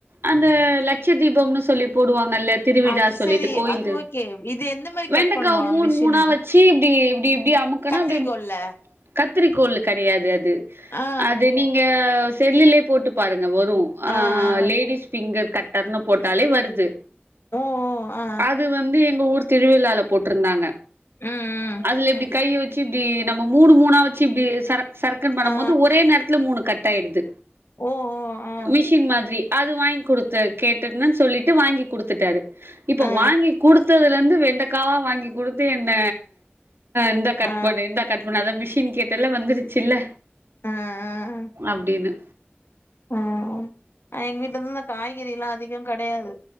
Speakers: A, on the right (about 75°); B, on the left (about 70°).
A: அந்த லட்ச தீபம்னு சொல்லி போடுவாங்க நல்ல திருவிடா
B: அது
A: சொல்லிட்டு
B: செரி
A: கோயில்
B: அது ஓகே இது எந்த மாரி
A: வெண்டக்காவ
B: கட் பண்ணு
A: மூணு
B: மிஷினு
A: மூணா வச்சு இப்படி ப்படி எப்படி அமுக்கனா
B: கத்திரிக்கோல்ல
A: எப்டி கட் காத்திரி கோள் கிடையாது
B: ஆ
A: அது நீங்க செல்லிலே போட்டு பாருங்க வரு அஹலேடீஸ்
B: ஆ ஆ
A: பிங்கர் கட்டர்னு போட்டாலே வருது
B: ஓ ஓ ஆ
A: அது வந்து எங்க ஊ திருவிழால போட்டிருந்தாங்க
B: ம் ம்
A: அதுல எப்படி கை வச் இப்படி நம்ம மூணு மூணா வச்சு இப்படி சர சர்கக்குன்ன பண்ணபோது
B: ஆ
A: ஒரே நேரத்தில் மூணு கட்ட டையிடுது
B: ஓ ஓ ஆ
A: மிஷின் மாதிரி அது வாங்கி கொடுத்த கேட்டேன் சொல்லிட்டு வாங்கி குடுத்துட்டாரு இப்ப
B: ஆ ஆ
A: வாங்கி கொடுத்ததுல இருந்து வெண்ட காவா வாங்கி கொடுத்து என்ன இந்த கட்பண்ணுகட்
B: ஆ
A: பண்ணு அதுதா மிஷன் கேட்ட எல்லாம் வந்துருச்சுல்ல
B: ஆ ஆ
A: அப்படின்னு
B: ஆ எங்க வீட்டுல இருந்து இந்த காய்கறி எல்லாம் அதிகம் கிடையாது